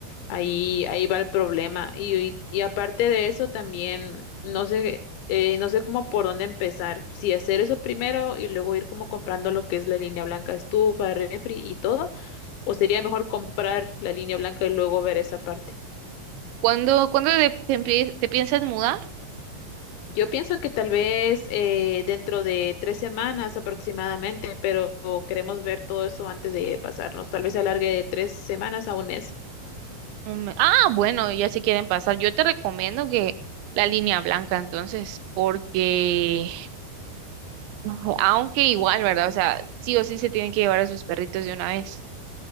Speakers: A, on the left; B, on the right.
A: ahí, ahí va el problema. Y, y, y aparte de eso también no sé, eh, no sé cómo por dónde empezar, si hacer eso primero y luego ir como comprando lo que es la línea blanca, estufa, refri y todo ¿O sería mejor comprar la línea blanca y luego ver esa parte?
B: ¿Cuándo, cuándo de- te, empie- te piensas mudar?
A: Yo pienso que tal vez eh, dentro de tres semanas aproximadamente, pero queremos ver todo eso antes de pasarnos. Tal vez se alargue de tres semanas a un mes.
B: Mm, Ah, bueno, ya se quieren pasar. Yo te recomiendo que la línea blanca, entonces, porque Ujú. Aunque igual, ¿verdad? O sea, sí o sí se tienen que llevar a sus perritos de una vez.